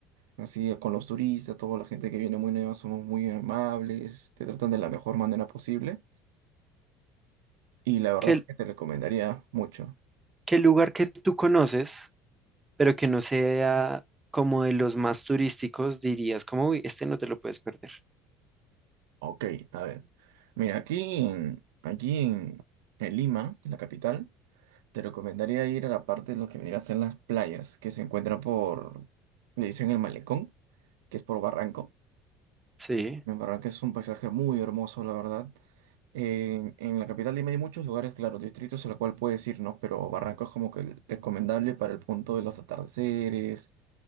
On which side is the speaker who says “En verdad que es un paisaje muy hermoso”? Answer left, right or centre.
Right